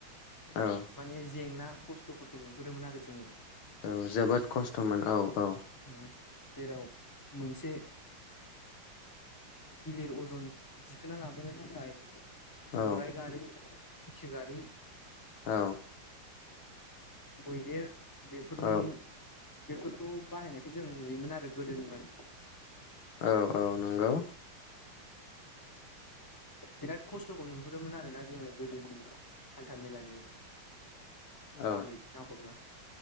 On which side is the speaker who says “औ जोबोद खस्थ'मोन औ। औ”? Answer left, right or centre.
Left